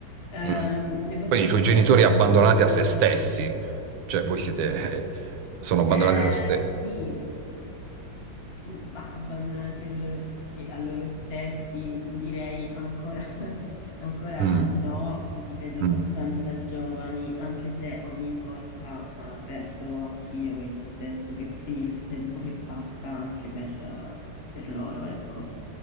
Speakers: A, on the left; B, on the right.
A: Ehm,
B: mm.
A: devo
B: Poi
A: dire
B: i tuoi
A: che
B: genitori
A: anch'io
B: abbandonati
A: negli ultimi
B: a se
A: giorni,
B: stessi, cioè voi siete, eh, sono abbandonati
A: eh,
B: a se stessi.
A: sì, mh, ma abbandonati a loro, sì, a loro stessi, direi ancora. Ancora
B: Mm,
A: no, li vedo
B: mm,
A: abbastanza giovani, anche se ogni volta eh, avverto anch'io il senso che il tempo che passa anche per, eh, per loro, ecco.